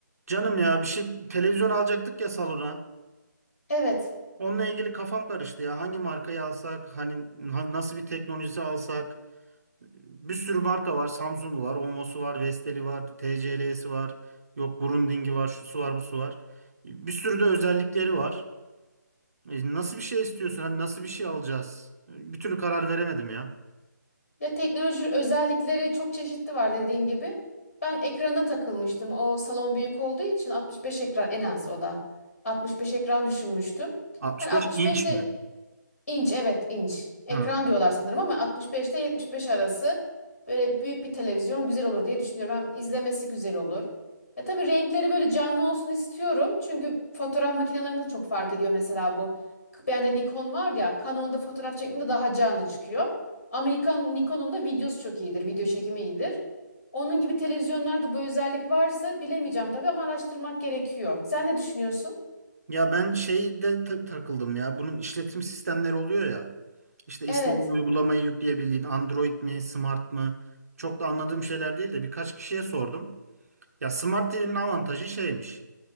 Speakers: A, on the right; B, on the left.
A: Canım ya bir şey televizyon alacaktık ya salona.
B: Evet.
A: Onunla ilgili kafam karıştı ya. Hangi markayı alsak, hani na- nasıl bir teknolojisi alsak? Bir sürü marka var. Samsung var, Onvo'su var, Vestel'i var, TCL'si var. Yok Grundig'i var, şusu var, busu var. Bir sürü de özellikleri var. E, nasıl bir şey istiyorsun? Hani nasıl bir şey alacağız? Bir türlü karar veremedim ya.
B: Ya teknoloji özellikleri çok çeşitli var dediğin gibi. Ben ekrana takılmıştım. O salon büyük olduğu için 65 ekran en az o da. 65 ekran düşünmüştüm.
A: 65
B: Hani 65
A: inç mi?
B: İnç evet inç. Ekran
A: Hı.
B: diyorlar sanırım ama 65 ile 75 arası böyle büyük bir televizyon güzel olur diye düşünüyorum. Hem izlemesi güzel olur. Ya tabii renkleri böyle canlı olsun istiyorum. Çünkü fotoğraf makinelerinde de çok fark ediyor mesela bu. Bende Nikon var ya Canon'da fotoğraf çektiğinde daha canlı çıkıyor. Ama Nikon, Nikon'un da videosu çok iyidir. Video çekimi iyidir. Onun gibi televizyonlarda bu özellik varsa bilemeyeceğim tabii ama araştırmak gerekiyor. Sen ne düşünüyorsun?
A: Ya ben şeyde ta- takıldım ya. Bunun işletim sistemleri oluyor ya. İşte
B: Evet.
A: istediğin uygulamayı yükleyebildiğin Android mi, Smart mı? Çok da anladığım şeyler değil de birkaç kişiye sordum. Ya Smart TV'nin avantajı şeymiş.